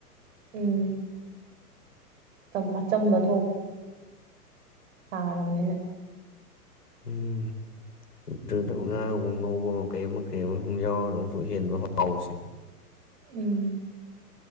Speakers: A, on the right; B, on the left.
A: ꯎꯝ ꯑꯆꯝꯕ ꯄꯥꯜꯂꯝꯅꯦꯅ
B: ꯎꯝ ꯑꯗꯨꯗ ꯉꯥꯒꯨꯝ ꯉꯧꯒꯨꯝꯕ ꯀꯩ ꯑꯃ ꯀꯩ ꯑꯃ ꯁꯨꯝ ꯌꯥꯎꯔꯒ ꯑꯃꯨꯛꯁꯨ ꯑꯍꯦꯟꯕ ꯍꯥꯎꯁꯦ
A: ꯎꯝ